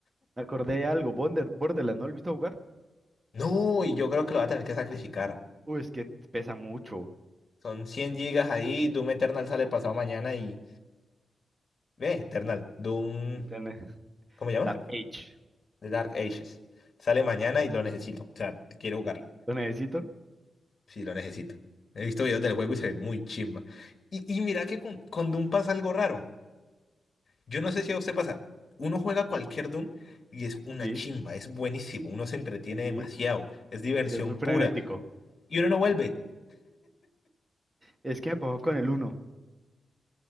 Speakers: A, on the right; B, on the left.
A: me acordé de algo. Bonder- Borderlands, ¿no lo he visto jugar?
B: No, y yo creo que lo va a tener que sacrificar.
A: Uy, es que pesa mucho.
B: Son 100 gigas ahí, Doom Eternal sale pasado mañana y... Ve, Eternal, Doom...
A: Tiene- <laughs>
B: ¿Cómo se llama?
A: Dark Age.
B: The Dark Ages. Sale mañana y lo necesito. O sea, quiero jugarlo.
A: ¿Lo necesito?
B: Sí, lo necesito. He visto videos del juego y se ve muy chimba. Y, y mira que con, con Doom pasa algo raro. Yo no sé si a usted pasa. Uno juega cualquier Doom y es una
A: Sí,
B: chimba, es buenísimo. Uno se entretiene
A: sí,
B: demasiado, es diversión
A: sí, es muy
B: pura.
A: frenético.
B: Y uno no vuelve.
A: Es que me pasó con el uno